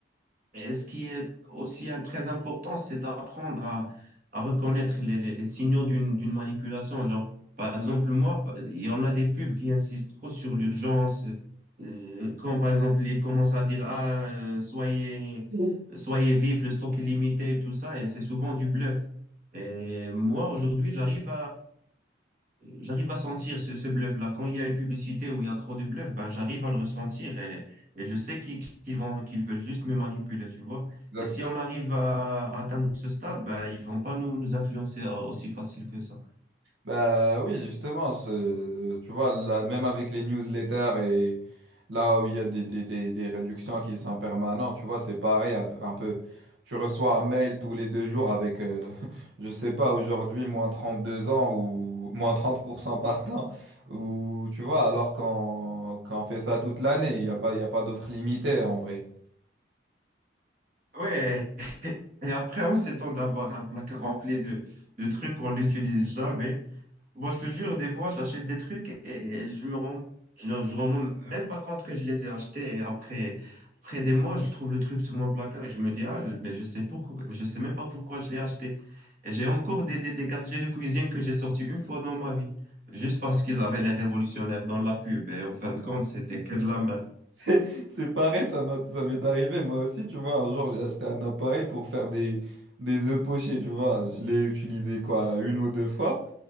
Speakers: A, on the right (about 45°); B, on the right (about 80°).
A: Et ce qui est aussi un, très important, c'est d'apprendre à, à reconnaître les, les- les signaux d'une, d'une manipulation. Genre, par exemple, moi, pa- il y en a des pubs qui insistent trop sur l'urgence. Euh, quand, par exemple, ils commencent à dire, ah, euh, soyez,
B: Oui.
A: soyez vif, le stock est limité, et tout ça, et c'est souvent du bluff. Et moi, aujourd'hui, j'arrive J'arrive à sentir ce, ce bluff-là. Quand il y a une publicité où il y a trop de bluff, ben j'arrive à le ressentir et, et je sais qu'ils qu'ils vont, qu'ils veulent juste me manipuler, tu vois.
B: Exactement.
A: Et si on arrive à, à atteindre ce stade, ben ils vont pas nous, nous influencer euh, aussi facile que ça.
B: Bah oui, justement, c'est- tu vois, là, même avec les newsletters et là où il y a des, des, des, des réductions qui sont permanentes, tu vois, c'est pareil un peu. un peu. Tu reçois un mail tous les deux jours avec, euh, <laughs> je sais pas, aujourd'hui, moins trente deux ans ou moins 30% par temps. Ou tu vois, alors qu'on qu'on fait ça toute l'année, il n'y a pas, il y a pas d'offre limitée en vrai.
A: Ouais, et après on s'étend d'avoir un placard rempli de, de trucs qu'on n'utilise jamais. Moi, je te jure, des fois, j'achète des trucs et je me rends, je, je rends même même pas compte que je les ai achetés. Et après, après des mois, je trouve le truc sur mon placard et je me dis, ah, je- mais je sais pourquoi, je sais même pas pourquoi je l'ai acheté. Et j'ai encore des, des, des gadgets de cuisine que j'ai sortis une fois dans ma vie, juste parce qu'ils avaient les révolutionnaires dans la pub. Et en fin de compte, c'était que de la merde.
B: <laughs> C'est pareil, ça m'a- ça m'est arrivé moi aussi, tu vois. Un jour, j'ai acheté un appareil pour faire des, des œufs pochés, tu vois. Je l'ai utilisé quoi, une ou deux fois.